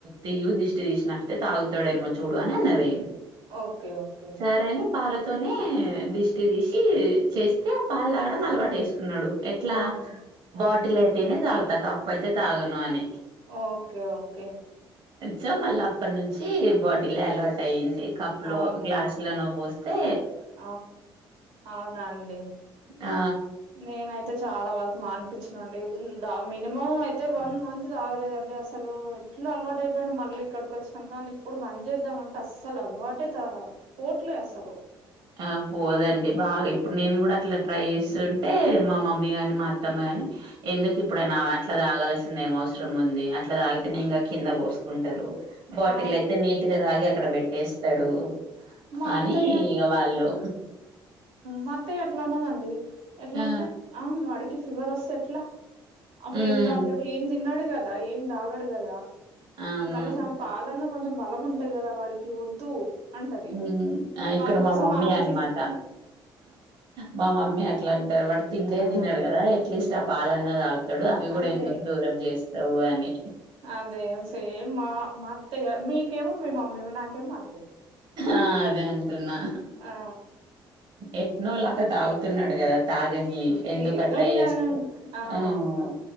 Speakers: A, on the right; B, on the right.
A: తీయు దిష్టి తీసినట్లే తాగు తాగుతాడేమో చూడు అని అన్నది
B: ఓకే ఓకే
A: సరే అని పాలతోనే దిష్టి తీసి చేస్తే పాలు తాగడం అలవాటు చేసు తున్నాడు ఎట్లా
B: అవును ఆ
A: బాటిల్ అయితేనే తాగుతా కప్పు అయితే తాగను అని
B: ఓకే ఓకే
A: సో మళ్ళీ అప్పటి నుంచి బాటిలే అలవాటు అయింది కప్పు
B: అవునండి
A: లో గ్లాస్ బోస్తే
B: అవు అవునాండి
A: ఆ
B: నేనైతే అయితే చాలా వరకు మానిపించినండి దా మినిమం అయితే వన్ మంత్ తాగలేదండి అసలు ఎట్లా అలవాటయిపోయిండు మళ్ళీ ఇక్కడికి వచ్చినాం కానీ ఇప్పుడు బద్ చేద్దామంటే అస్సలు అలవాటే పోట్లే అసలు
A: ఆ పోదండి బాగా ఇప్పుడు
B: ఉమ్
A: నేను కూడా అట్లా ట్రై చేస్త అంటే మా మమ్మీ గాని మా అత్తమ్మ గాని ఎందుకు ఇప్పుడు అయినా అట్లా తాగాల్సింది ఏం అవసరం ఉంది అట్లా తాగితేనే ఇంకా కింద పోసుకుంటారు బాటిల్
B: ఆ
A: అయితే నీ ఇగ తాగి అక్కడ పెట్టేస్తడు
B: మా అత్తయ్య
A: అని
B: అయితే
A: ఇగ వాళ్ళు
B: మా అత్తయ్య అట్లా అన్నదండి ఎట్లా
A: ఆ
B: అంటే ఆ వాడికి ఫీవర్ వస్తే ఎట్లా అప్పుడు
A: హ్మ్
B: ఏం తాగుతాడు ఏం తిన్నడు కదా ఏం తాగాడు కదా
A: అవును
B: కనీసం పాలన్న కొంచెం బలం ఉంటాయి కదా వాడికి వద్దు అంటది
A: హ్మ్ ఆ
B: వాడి
A: ఇక్కడ
B: కోసం
A: మా మమ్మీ
B: ఆలోచిస్త
A: అన్నమాట మా మమ్మీ అట్లా అంటారు వాడు తిండే
B: ఆ
A: తిన్నారు కదా <unintelligible> ఆ పాలన్న తాగుతాడు అవి కూడా
B: అదే
A: ఎందుకు దూరం చేస్తావు అని
B: ఆ అదే సేమ్ మా అత్తయ్య మీకేమో మీ మమ్మీ నాకేమో మా అత్తయ్య
A: ఆ అదే అంటున్నా
B: ఆ
A: ఎట్లో అట్లా తాగుతున్నాడు కదా తాగనియీ ఎందుకు
B: ఏదోంగా
A: అట్లా చేస్తవ్
B: ఆ
A: ఉమ్
B: ఓకే